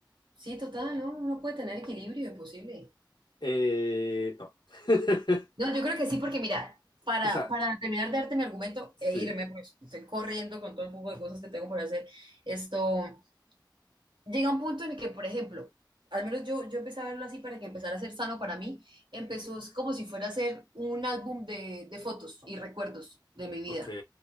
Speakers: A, on the right; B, on the left.
A: Sí, total, ¿no? Uno puede tener equilibrio, imposible.
B: Eh, no. <laughs>
A: No, yo creo que sí, porque mira, para,
B: O sea,
A: para terminar de darte mi argumento
B: sí.
A: e irme, porque estoy corriendo con todo el poco de cosas que tengo por hacer, esto llega un punto en el que, por ejemplo, al menos yo, yo empecé a verlo así para que empezara a ser sano para mí, empezó es como si fuera a ser un álbum de, de fotos y recuerdos de mi vida.
B: Ok,